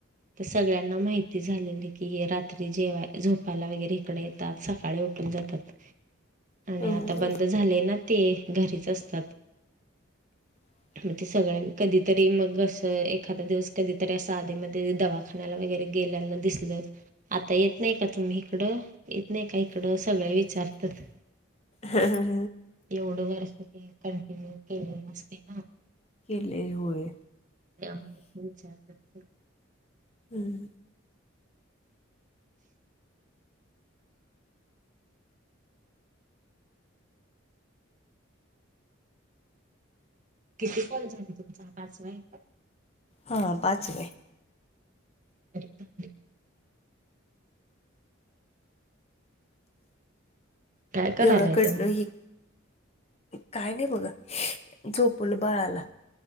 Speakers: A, on the right; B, on the left.
A: ते सगळ्यांना माहिती झालेल की हे रात् त्री जेवाय झोपायला वगैरे इकडे येतात सकाळी उठून जातात. आणि
B: हम्म.
A: आता बंद झालेय ना ते घरीच असतात.
B: <inaudible>
A: मग ते सगळे कधीतरी मग असं एखादा दिवस कधीतरी असं आधेमध्ये दवा खाण्याला वगैरे गेल्याल दिसलं आता येत नाही का तुम्ही हिकडं येत नाही का इकडं सगळे विचारतात.
B: ह ह ह
A: एवढं वर्ष ते कंटिन्यू केलेलं असतय ना?
B: केलय होय.
A: त्यामुळ ते विचारत्यात सगळे.
B: हम ह.
A: किती कॉल झाले तुमचा हा पाचवाय का?
B: हा पाचवाय.
A: तरीपण काय करायलाय
B: एवढा कट
A: तुम्ही
B: हि काय नाही बघा झोपवलो बाळाला.